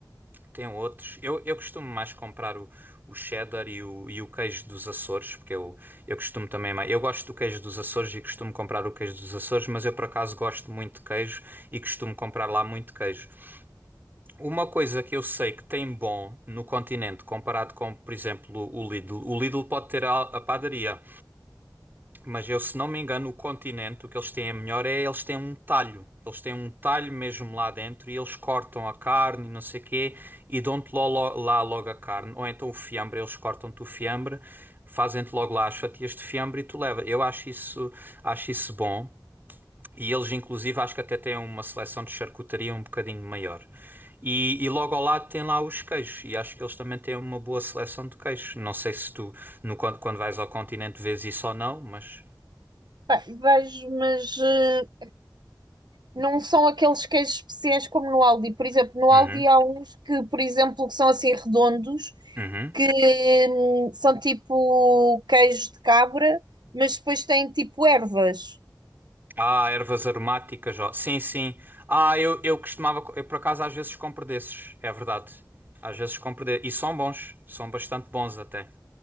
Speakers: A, on the right; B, on the right.
A: Tem outros. Eu, eu costumo mais comprar o, o cheddar e o, e o queijo dos Açores, porque eu, eu costumo também mais. Eu gosto do queijo dos Açores e costumo comprar o queijo dos Açores, mas eu por acaso gosto muito de queijo e costumo comprar lá muito queijo. Uma coisa que eu sei que tem bom no continente comparado com, por exemplo, o Lidl. O Lidl pode ter a, a padaria. Mas eu, se não me engano, o continente, o que eles têm é melhor é eles têm um talho. Eles têm um talho mesmo lá dentro e eles cortam a carne e não sei quê e dão-te lo- lo- lá logo a carne. Ou então o fiambre, eles cortam-te o fiambre, fazem-te logo lá as fatias de fiambre e tu leva. Eu acho isso, acho isso bom. E eles, inclusive, acho que até têm uma seleção de charcutaria um bocadinho maior. E, e logo ao lado tem lá os queijos, e acho que eles também têm uma boa seleção de queijos. Não sei se tu, no, quando quando vais ao continente, vês isso ou não, mas.
B: Pá, vejo, mas uh, não são aqueles queijos especiais como no Aldi. Por exemplo, no
A: Uhum,
B: Aldi há uns que, por exemplo, que são assim redondos,
A: uhum.
B: que hum, são tipo queijos de cabra, mas depois têm tipo ervas.
A: Ah, ervas aromáticas, ó. Sim, sim. Ah, eu, eu costumava, co- eu por acaso às vezes compro desses, é verdade. Às vezes compro desses. E são bons, são bastante bons até.